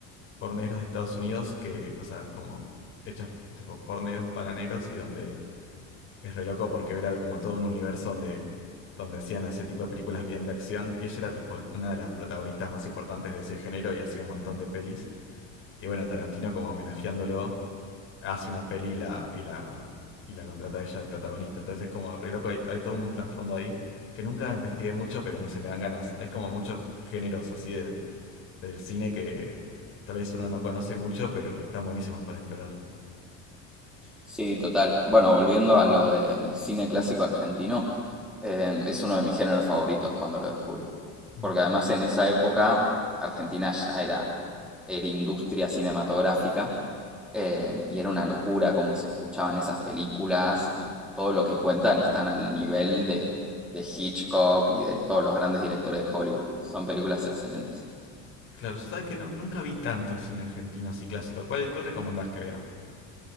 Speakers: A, on the left; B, in the centre.
A: por negros de Estados Unidos que, o sea, como hechas tipo por negros para negros y donde es re loco porque era como todo un universo donde, donde hacían ese tipo de películas bien de acción y ella era tipo una de las protagonistas más importantes de ese género y hacía un montón de pelis. Y bueno, Tarantino como homenajeándolo hace una peli y la, y la, y la contrata a ella de protagonista. Entonces es como re loco, hay, hay todo un trasfondo ahí que nunca investigué mucho, pero no se me dan ganas. Hay como muchos géneros así de del cine que tal vez uno no conoce mucho, pero que están buenísimos para explorar.
B: Sí, total. Bueno, volviendo a lo del cine clásico argentino, eh, es uno de mis géneros favoritos cuando lo descubrí.
A: Mm.
B: Porque además en esa época Argentina ya era, era industria cinematográfica eh, y era una locura cómo se escuchaban esas películas y todo lo que cuentan están al nivel de, de Hitchcock y de todos los grandes directores de Hollywood. Son películas excelentes.
A: Claro, yo sabes que no, nunca vi tanto cine argentino así clásico. ¿Cuál, cuál recomendás que vea?